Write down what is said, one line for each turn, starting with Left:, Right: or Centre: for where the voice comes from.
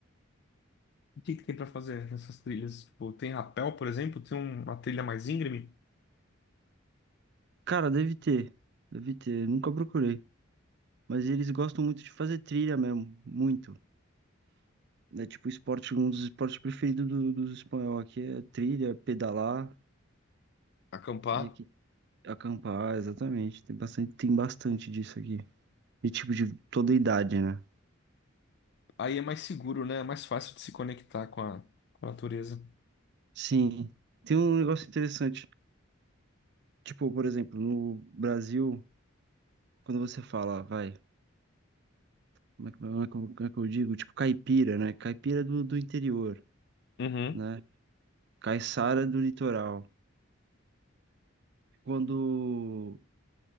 Left: O que que tem pra fazer nessas trilhas? Tipo, tem rapel, por exemplo? Tem uma trilha mais íngreme?
Right: Cara, deve ter. Deve ter. Nunca procurei. Mas eles gostam muito de fazer trilha mesmo. Muito. É tipo esporte, um dos esportes preferidos do- dos espanhol aqui é trilha, pedalar
Left: Acampar.
Right: e aqui acampar, exatamente. Tem bastante, tem bastante disso aqui. E tipo de toda idade, né?
Left: Aí é mais seguro, né? É mais fácil de se conectar com a, com a natureza.
Right: Sim, tem um negócio interessante. Tipo, por exemplo, no Brasil, quando você fala, vai, como é que, como é que- como é que eu digo? Tipo, caipira, né? Caipira do, do interior,
Left: Uhum.
Right: né? Caiçara do litoral. Quando,